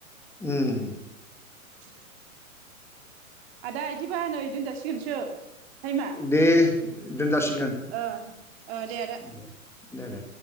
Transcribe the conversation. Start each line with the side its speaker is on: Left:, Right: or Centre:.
Centre: उम
Right: <inaudible> आदा बिदिबा नै दोनजासिगोनसो। टाइमा
Centre: दे दोनजासिगोन
Right: ओ ओ आदा
Centre: दे। दे दे।